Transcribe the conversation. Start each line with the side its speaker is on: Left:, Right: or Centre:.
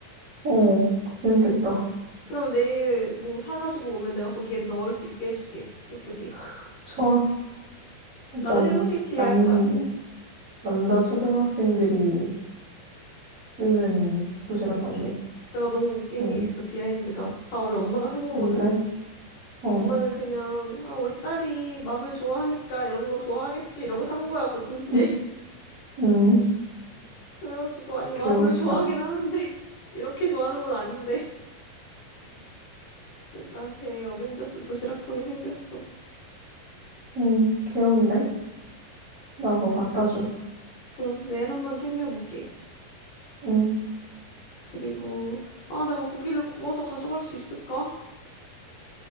Right: 어, 재밌겠다.
Left: 그럼 내일 뭐 사가지고 오면 내가 거기에 넣을 수 있게 해줄게. 예쁘게.
Right: <laughs> 좋아. 약간
Left: 나는 헬로키티
Right: 남,
Left: 할 거야.
Right: 남자 초등학생들이 쓰는 도시락
Left: 그치?
Right: 같네.
Left: 내가 너무 웃긴
Right: 음,
Left: 게 있어, 비하인드가. 다 우리 엄마가 산 거거든?
Right: 근데, 어,
Left: 엄마는 그냥, 아, 우리 딸이 마블 좋아하니까 이런 거 좋아하겠지. 이러고 산 거야, 고딩
Right: <laughs>
Left: 때.
Right: 음,
Left: <laughs> 그래가지고, 아니,
Right: 귀여우시다.
Left: 마블을 좋아하긴 하는데, <laughs> 이렇게 좋아하는 건 아닌데. 그래서 나한테 어벤져스 도시락통이 생겼어.
Right: 음, 귀여운데? 나 그거 갖다 줘.
Left: 응, 내일 한번 챙겨볼게.
Right: 음,
Left: 그리고, 아, 내가 고기를 구워서 가져갈 수 있을까?